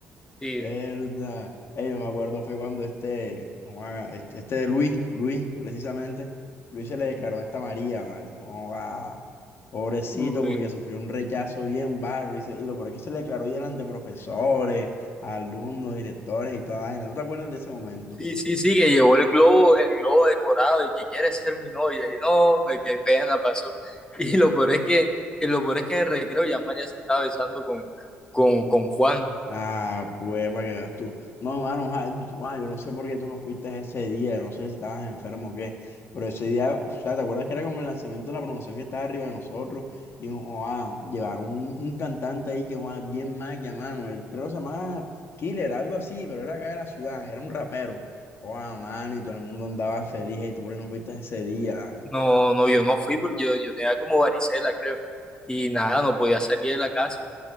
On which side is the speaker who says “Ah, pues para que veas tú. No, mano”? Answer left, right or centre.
Left